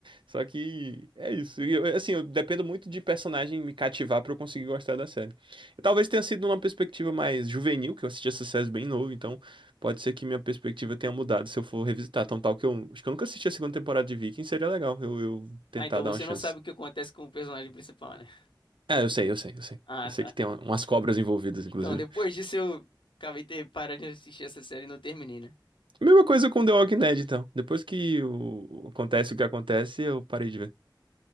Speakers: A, on the right; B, on the left.
A: Só que é isso. E eu- assim, eu dependo muito de personagem me cativar pra eu conseguir gostar da série. Eu talvez tenha sido numa perspectiva mais juvenil, que eu assisti essa série bem novo, então pode ser que minha perspectiva tenha mudado se eu for revisitar. Tão tal que eu acho que eu nunca assisti a segunda temporada de Viking, seria legal eu eu tentar
B: Ah, então
A: dar
B: você
A: uma chance.
B: não sabe o que acontece com o personagem principal, né? <laughs>
A: Ah, eu sei, eu sei, eu sei.
B: Ah,
A: Eu sei
B: tá.
A: que tem um- umas cobras envolvidas, inclusive.
B: Então depois disso eu acabei ter parado de assistir essa série e não terminei, né?
A: Mesma coisa com The Walking Dead, então. Depois que o- acontece o que acontece, eu parei de ver.